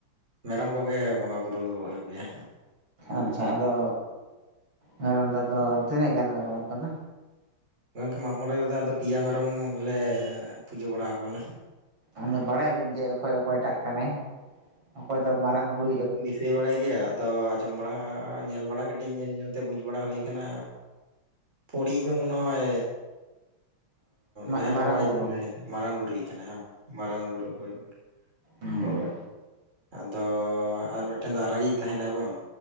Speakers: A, on the right; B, on the right.
A: ᱢᱮᱨᱚᱢ ᱠᱚᱜᱮ ᱵᱚᱸᱜᱟ ᱵᱩᱨᱩ ᱦᱩᱭᱩᱜ ᱜᱮᱭᱟ
B: ᱟᱪᱪᱷᱟ ᱟᱫᱚ ᱢᱮᱨᱚᱢ ᱫᱚ ᱟᱫᱚ ᱛᱤᱱᱟᱹᱜ ᱜᱟᱱ ᱢᱮᱨᱚᱢ ᱩᱝᱠᱩ ᱫᱚ
A: ᱜᱚᱝᱠᱮ ᱢᱟᱜ ᱢᱚᱬᱮ ᱨᱮᱫᱚ ᱟᱫᱚ ᱯᱮᱭᱟ ᱢᱮᱨᱚᱢ ᱞᱮ ᱯᱩᱡᱟᱹ ᱵᱟᱲᱟᱣᱟᱠᱚᱣᱟᱞᱮ
B: ᱟᱫᱚ ᱵᱟᱲᱟᱭᱟ ᱵᱤᱱ ᱡᱮ, ᱚᱠᱚᱭ ᱚᱠᱚᱭᱴᱟᱜ ᱠᱟᱱᱟᱭ ᱚᱠᱚᱭ ᱫᱚ ᱢᱟᱨᱟᱝ ᱵᱩᱨᱩᱭ
A: ᱦᱩᱭ ᱵᱟᱲᱟᱭ ᱜᱮᱭᱟ ᱟᱫᱚ ᱟᱸᱡᱚᱢ ᱵᱟᱲᱟ ᱧᱮᱞ ᱵᱟᱲᱟ ᱠᱟᱹᱴᱤᱡ ᱧᱮᱞ ᱧᱮᱞ ᱛᱮ ᱵᱩᱡᱽ ᱵᱟᱲᱟ ᱦᱩᱭ ᱟᱠᱟᱱᱟ, ᱯᱚᱲᱤᱡ ᱫᱚ ᱢᱚᱱᱮ ᱦᱚᱭ ᱡᱟᱦᱮᱨ
B: ᱢᱟᱨᱟᱝ
A: ᱵᱟᱵᱟᱭ
B: ᱵᱩᱨᱩ
A: ᱠᱟᱱᱟᱭ ᱢᱟᱨᱟᱝ ᱵᱩᱨᱩᱭ ᱠᱟᱱᱟᱭ ᱢᱟᱨᱟᱝ ᱵᱩᱨᱩ ᱦᱳᱭ
B: ᱦᱩᱸ
A: ᱦᱳᱭ ᱟᱫᱚ ᱟᱨ ᱢᱤᱫ ᱴᱮᱱ ᱫᱚ ᱟᱨᱟᱜᱮ ᱛᱟᱦᱮᱱᱟᱭ ᱵᱟᱝ